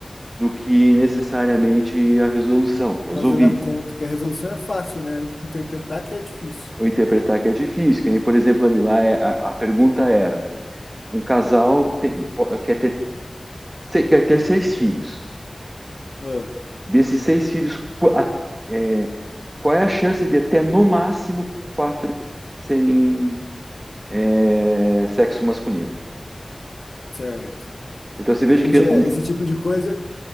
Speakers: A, on the right; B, on the left.
A: do que necessariamente a resolução. Resolvi.
B: fazendo a conta que a resolução é fácil, né? Interpretar que é difícil.
A: eu interpretar que é difícil. Que nem, por exemplo, ali lá é- a, a pergunta era: um casal tem- po- quer ter, se- quer ter seis filhos.
B: Ah,
A: Desses seis filhos, qu- a- é, qual é a chance de até no máximo quatro serem é, sexo masculino?
B: certo.
A: Então você veja
B: Entendi.
A: que é
B: É,
A: um-
B: Esse tipo de coisa